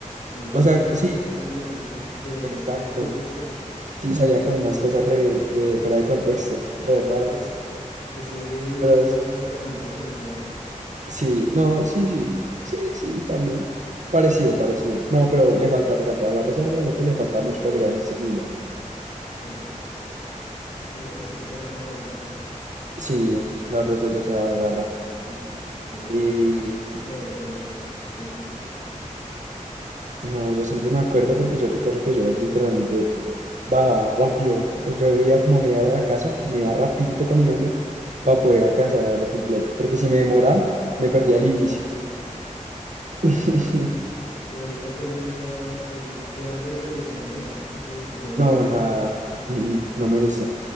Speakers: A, on the left; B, on the right.
A: El único
B: O sea,
A: que se las
B: sí,
A: pinta es el guionista de,
B: exacto.
A: de Tu Voz Estéreo.
B: Sí, salía con unas cosas re, re fuera de contexto, re raras.
A: <laughs> Es el
B: Pero s-
A: Rosa de Guadalupe colombiano.
B: sí, no, sí, sí, sí, sí, también. Parecido,
A: Claro.
B: parecido. No, pero le falta, le falta. A la Rosa de Guadalupe le falta mucho para llegar a nuestro nivel.
A: Sí, claro, es que, es que el de nosotros era más realista.
B: Sí, la Rosa ya se agarra.
A: Uf, a mí ya
B: Y
A: se me, olvi- a mí se me había olvidado ya que existía.
B: No, yo siempre me acuerdo porque yo recuerdo que yo literalmente bajaba rápido. pues, Yo veía como a media hora de la casa y me iba rapidito caminando para poder alcanzar a verlo completo. Porque si me demoraba, me perdía el inicio. <laughs>
A: Y ahorita que le gusta ver así, ve algo de televisión nacional, tipo Yo
B: No,
A: me llamo,
B: nada. Mm, mm, no me gusta.